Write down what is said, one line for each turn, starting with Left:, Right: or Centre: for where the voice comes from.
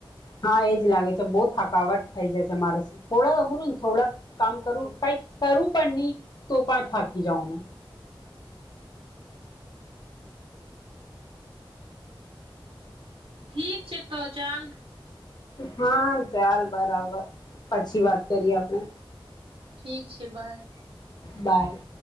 Left: હા એ જ લાગે છે બહુ થકાવટ થઈ જાય છે મારે થોડાક બોલ ને થોડાક કામ કરું કઈ કરું પણ નહી તો પણ થાકી જાઉં મે
Right: ઠીક છે તવ ચાલ
Left: હા ચાલ બરાબર પછી વાત કરીએ આપણેે
Right: ઠીક છે બાય
Left: બાય